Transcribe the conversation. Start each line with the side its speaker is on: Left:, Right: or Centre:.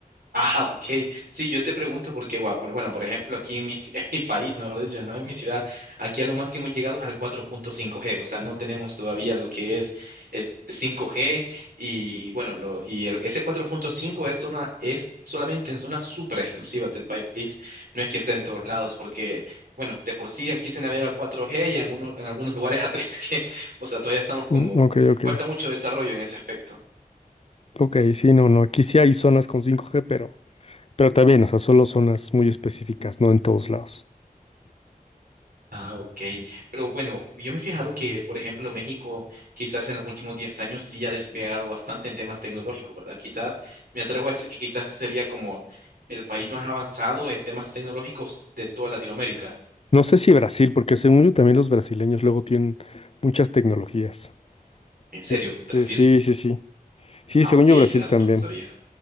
Right: Ah, ok. Sí, yo te pregunto porque, gua- por- bueno, por ejemplo, aquí en mi, ci- <laughs> en mi país, mejor dicho, no en mi ciudad, aquí a lo más que hemos llegado es al 4.5G, o sea, no tenemos todavía lo que es el 5G y, bueno, lo, y el- ese 4.5 es, zona, es solamente en zonas súper exclusivas del país, no es que esté en todos lados porque, bueno, de por sí aquí se navega 4G y en algunos, en algunos lugares a 3G, <laughs> o sea, todavía estamos como,
Left: Mm, ok, ok.
Right: falta mucho desarrollo en ese aspecto.
Left: Ok, sí, no, no, aquí sí hay zonas con 5G, pero, pero también, o sea, solo zonas muy específicas, no en todos lados.
Right: Ah, ok. Pero bueno, yo me he fijado que, por ejemplo, México quizás en los últimos 10 años sí ha despegado bastante en temas tecnológicos, ¿verdad? Quizás, me atrevo a decir que quizás sería como el país más avanzado en temas tecnológicos de toda Latinoamérica.
Left: No sé si Brasil, porque según yo también los brasileños luego tienen muchas tecnologías.
Right: ¿En serio,
Left: Este,
Right: Brasil?
Left: sí, sí, sí. Sí,
Right: Ah,
Left: según
Right: ok,
Left: yo
Right: ese
Left: Brasil
Right: dato
Left: también.
Right: no lo sabía.